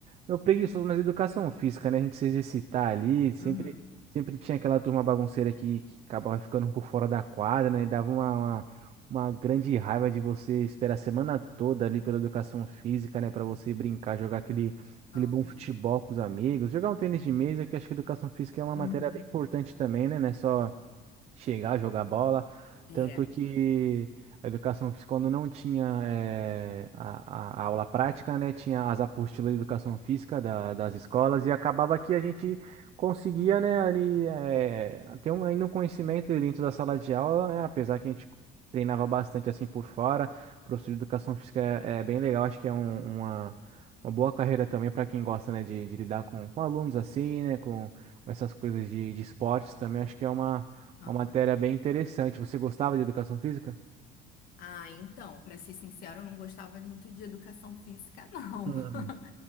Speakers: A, on the right; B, on the left.
A: Meu preguiçoso, mas educação física, né? A gente se exercitar ali, sempre,
B: uhum,
A: sempre tinha aquela turma bagunceira que, que acabava ficando por fora da quadra, né? E dava uma, uma, uma grande raiva de você esperar a semana toda ali pela educação física, né? Pra você brincar, jogar aquele, aquele
B: aham,
A: bom futebol com os amigos, jogar um tênis de mesa, que acho que educação física é uma
B: uhum,
A: matéria bem importante também, né? Não é só chegar, jogar bola.
B: é,
A: Tanto que a educação física, quando não tinha eh, a, a- a aula prática, né, tinha as apostilas de educação física da- das escolas e acabava que a gente conseguia, né, ali eh, ter um, ainda um conhecimento ali dentro da sala de aula, né, apesar que a gente treinava bastante assim por fora. O professor de educação física é, é bem legal, acho que é um- uma, uma boa carreira também para quem gosta, né, de, de lidar com, com alunos assim, né, com, com essas coisas de de esportes também, acho que é uma
B: aham.
A: uma matéria bem interessante. Você gostava de educação física?
B: Ah, então, para ser sincero, eu não gostava muito de educação física, não.
A: Hum.
B: <laughs>